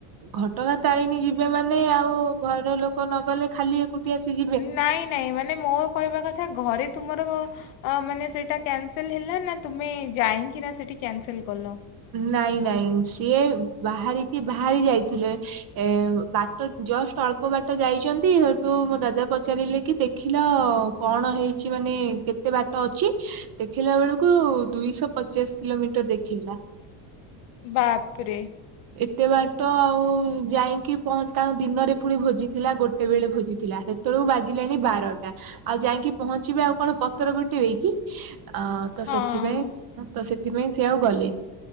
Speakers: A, on the right; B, on the left.
A: ଘଟଗାଁ ତାରେଣୀ ଯିବେ ମାନେ ଆଉ ଘର ଲୋକ ନଗଲେ ଖାଲି ଏକୁଟିି ଚିଲି
B: ନାଇଁ ନାଇଁ ମାନେ ମୋ କହିବା କଥା ଘରେ ତୁମର ଅ ମାନେ ସେଇଟା କ୍ୟାନସେଲ ହେଲା ନା ତୁମେ ଯାଇକି ନା ସେଠି କ୍ୟାନସେଲ କଲ
A: ନାଇଁ ନାଇଁ ସିଏ ବାହାରିକି ବାହାରି ଯାଇଥିଲେ ଏ ବା ଜଷ୍ଟ ଅଳ୍ପ ବାଟ ଯାଇଛନ୍ତି ସେଠୁ ମୋ ଦାଦା ପଚାରିଲେ କି ଦେଖିଲ କଣ ହେଇଛି ମାନେ କେତେ ବାଟ ଅଛି ଦେଖିଲା ବେଳକୁ ଦୁଇଶହ ପଚାଶ କିଲୋମିଟର ଦେଖେଇଲା
B: ବାପରେ।
A: ଏତେ ବାଟ ଆଉ ଯାଇକି ପହ ତାଙ୍କୁ ଦିନରେ ପୁଣି ଭୋଜି ଥିଲା ଗୋଟେ ସେତେବେଳେ ଭୋଜିଥିଲା ସେତେବେଳକୁ ବାଜିଲାଣି ବାରଟା। ଆଉ ଯାଇକି ପହଞ୍ଚିବେ ଆଉ କଣ ପତର ଗୋଟେଇବେ କି ଆଉ ତ
B: ହଁ
A: ସେଥିପାଇଁ ତ ସେଥିପାଇଁ ସିଏ ଆଉ ଗଲେନି